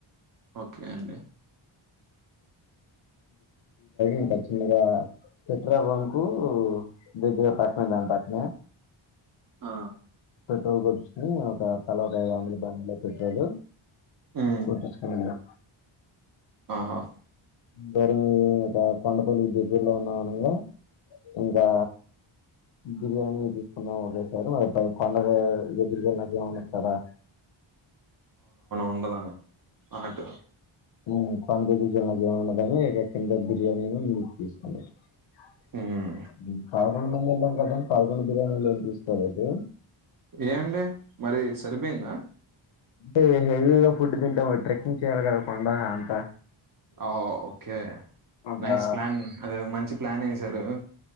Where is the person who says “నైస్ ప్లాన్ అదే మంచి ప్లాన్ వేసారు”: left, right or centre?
Right